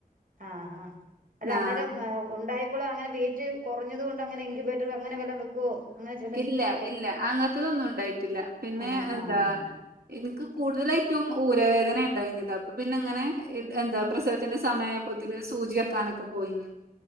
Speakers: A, on the right; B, on the right.
A: ആഹ് ആഹ് അല്ല
B: ആഹ്
A: അന്നേരം ഉണ്ടായ പ്പളും അങ്ങനെ വെയിറ്റ് കൊറഞ്ഞത് കൊണ്ട് അങ്ങനെ ഇൻകുബേറ്റർ അങ്ങനെ വെല്ലോം വെ ക്കും അങ്ങനെ ചെ
B: ഇല്ല ഇല്ല അങ്ങൻത്തതൊന്നും ഉണ്ടായിട്ടില്ല പിന്നെ
A: അങ്ങനെ
B: എന്താ
A: ആഹ്
B: ഇൻക്ക് കൂടുതലായിറ്റും ഊരവേദനേണ്ടായിനത് അപ്പൊ പിന്നെ ഇങ്ങനെ എന്താ പ്രസവത്തിന്റെ സമയായ പ്പോത്തിന് സൂജി വെക്കാനൊക്കെ പോയിനി